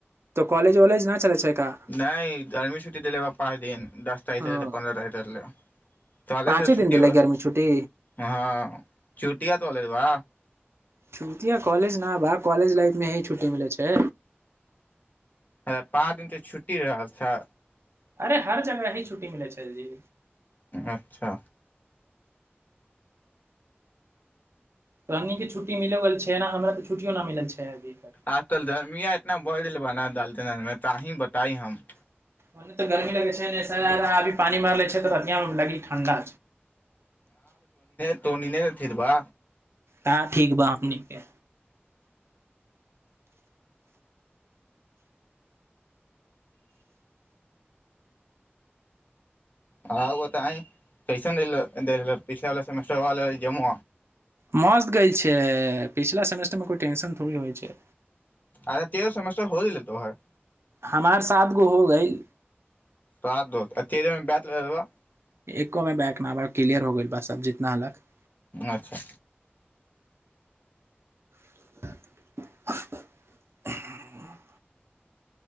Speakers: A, on the right; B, on the left.
A: त कॉलेज वॉलेज न चलै छै का
B: नहि गरमी सुटी दल ब पच दिन दस तारी
A: हँ
B: तऽ पन्द्र तारील तलेसँ
A: पाँचे दिन
B: छुट्टी
A: देलै
B: ह
A: गर्मी छुट्टी
B: चू पटिया तऽोलल वा
A: छुटटिया कॉलेज न बा कॉलेज लाइफ मे ही छुट्टी मिलै छै
B: अ पाँच दिन त छुट्टी रहल छ
A: अरे हर जगह ही छु्टी मिलै छै जी
B: अच्छा
A: पन्नी के छुट्टी मिले छै ने हमरा तऽ छुट्टियो न मिलल छै अभी तक
B: आजकल धर्मिया एतना ब बाना ालते न तहिी बताइ हम
A: मने तऽ गरमी लगे छै स आभी पान मरि ले छै तऽ प ली ठणं्डा
B: तटोनी नहिथििरबा
A: तै ठीक बा हमनि के
B: हँ ओ तऽ अ टूशन पछला बला सेटर जम
A: मस्त ग गेल छै पिछला सेमेस्टरमे कोइ टेंशन थोड़ी होइ छै
B: अ तेरह सेमस्टर हो दिलै तोहर
A: हमार साथ गो हो गई
B: सा द अत ब
A: एको मे बैक न ब क्लियर हो गेल बस अब जितना हलक
B: अच्छा
A: <inaudible>